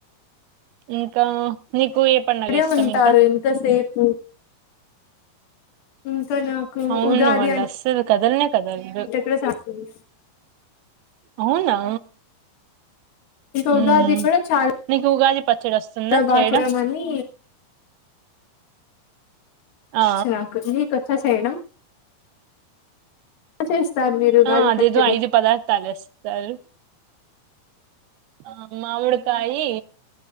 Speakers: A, on the right; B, on the left.
A: ఇంకా నీకు ఏ పడుగ
B: ఇక్కడే
A: ఇష్టం
B: ఉంటారు
A: ఇంకా
B: ఎంతసేపు ఉ నాకు
A: అవును
B: ఉగాది
A: వాళ్ళు
B: అం
A: అస్సలు కదలనే కదలరు
B: కూడా ఇష్టం
A: అవునా
B: ఇంకా
A: మ్మ్
B: ఉగాది కూడా చాలా
A: నీకు ఉగాది పచ్చడి వస్తుందా
B: ఇలా బాగా
A: చేయడం
B: చేయమని
A: ఆ
B: నాకొచ్చు మీ కొచ్చ చేయడం చేస్తారు మీరు ఉగాది
A: ఆ అదేదో
B: పచ్చడి
A: ఐదు పదార్థాలు ఏస్తారు ఆ మామిడికాయి